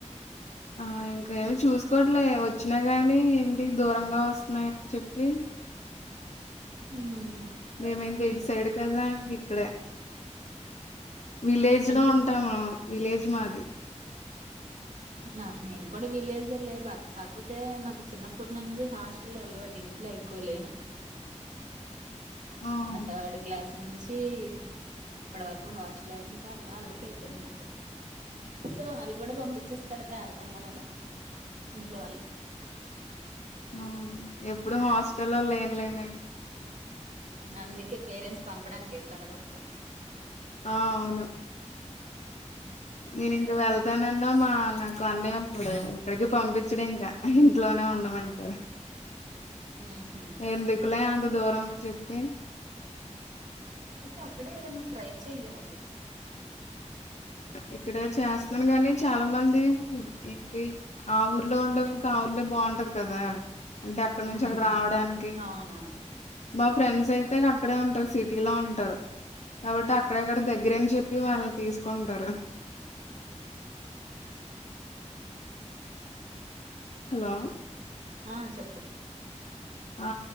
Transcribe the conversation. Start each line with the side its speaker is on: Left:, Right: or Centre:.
Left: ఆ ఇంకా ఏమిచూసుకోవట్లే వచ్చినా కానీ ఏంటి దూరంగా వస్తున్నాయని చెప్పి
Right: ఉమ్
Left: మేమం గైడి సైడ్ కదాం ఇక్కడే విలేజ్
Right: అన్
Left: లో ఉంటాము విలేజ్ మాది
Right: నా నేను కూడా విలేజ్ లే బా కాకపోతే నాకు చిన్నప్పటి నుంచి హాస్టల్ అలవాటు ఇంట్లో ఎక్కువలేను
Left: ఆహా,
Right: నా థర్డ్ క్లాస్ నుంచి వచ్చ ఇప్పటి వరకు హాస్టలే ఇంకాళ అలవాటు అయిపోయింది నాకు సో వాళ్ళు కూడా పంపించేస్తారు ఏడకన్నా కూడా ఇంట్లో వాళ్ళు
Left: అవ్ను ఎప్పుడు హాస్టల్లో లేన లేని
Right: అందుకే పేరెంట్స్ పంపడానికి ఇబ్బందిపడతారు
Left: ఆ అవును నేను ఇంక వెళ్తానన్న మా నాకు అన్నయ ఉన్నాడు ఇక్కడికి పంపించడ ఇంకా ఇంట్లోనే ఉండమంటారు
Right: ఉహు.
Left: ఎందుకులే ఎంత దూరం చెప్తే
Right: అయితే అక్కడ ఏదైన్నా ట్ర్రాై యారి
Left: ఇక్కడే చేస్తున్నాను గాని చాలా మంది ఏంటి ఆ ఊర్లో ఉండేననికి ఆ ఊర్లో బాగుంటది కదా అంటే అక్కడ నుంచి
Right: ఉమ్,
Left: అక్కడ రావడానికి
Right: అవునవును
Left: మా ఫ్రెండ్స్ అయితే అక్కడే ఉంటారు సిటీలో ఉంటారు కాబట్టి అక్కడక్కడ దగ్గర అని చెప్పి వాళ్ళు తీసుకుంటారు హలో
Right: ఆ చెప్పు
Left: ఆ